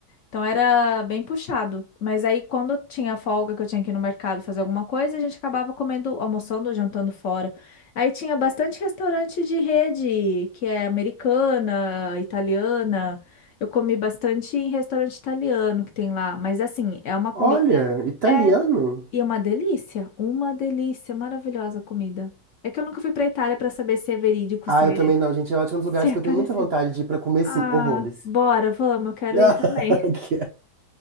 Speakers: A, on the left; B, on the right.
A: Então era bem puxado. Mas aí quando tinha folga que eu tinha que ir no mercado fazer alguma coisa, a gente acabava comendo, almoçando, jantando fora. Aí tinha bastante restaurante de rede, que é americana, italiana. Eu comi bastante em restaurante italiano que tem lá, mas assim, é uma comida
B: Olha, italiano.
A: é, e é uma delícia, uma delícia, maravilhosa a comida. É que eu nunca fui para Itália para saber se é verídico,
B: Ah,
A: se
B: eu também
A: é,
B: não, gente. Eu acho
A: <laughs>
B: que é um dos
A: se
B: lugares
A: é
B: que
A: parecido.
B: eu tenho muita vontade de ir pra comer, assim,
A: Ah,
B: horrores.
A: bora, vamos, eu quero
B: <laughs>
A: ir também.
B: Que-